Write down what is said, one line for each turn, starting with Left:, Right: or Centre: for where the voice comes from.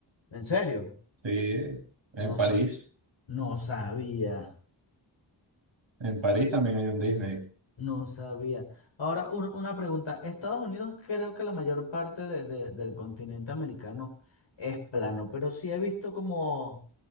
Left: en serio,
Right: Sí, en
Left: no,
Right: París.
Left: sa- no sabía.
Right: En París también hay un Disney.
Left: No sabía. Ahora, un- una pregunta. Estados Unidos creo que la mayor parte de- de- del continente americano es plano, pero sí he visto como,